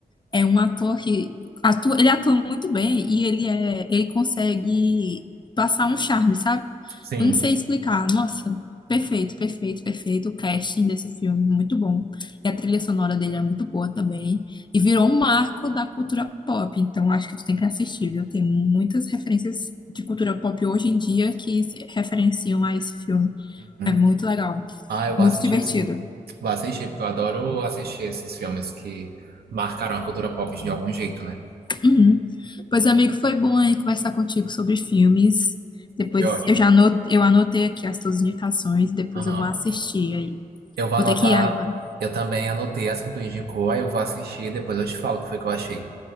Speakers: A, on the left; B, on the right.
A: é um ator que atua, ele atua muito bem e ele é, ele consegue passar um charme, sabe?
B: Sim.
A: Eu não sei explicar. Nossa, perfeito, perfeito, perfeito. O casting desse filme, muito bom. E a trilha sonora dele é muito boa também. E virou um marco da cultura pop. Então, acho que tu tem que assistir, viu? Tem muitas referências de cultura pop hoje em dia que se referenciam a esse filme.
B: Uhum.
A: É muito legal,
B: Ah, eu vou
A: muito
B: assistir,
A: divertido.
B: sim. Vou assistir, porque eu adoro assistir esses filmes que marcaram a cultura pop de algum jeito, né?
A: Uhum. Pois, amigo, foi bom aí conversar contigo sobre filmes. Depois
B: Foi ótimo.
A: eu já anot eu anotei aqui as tuas indicações, depois
B: Aham.
A: eu vou assistir aí.
B: Eu vou
A: Vou
B: anotar.
A: ter que ir agora.
B: Eu também anotei as que tu indicou, aí eu vou assistir e depois eu te falo o que foi que eu achei.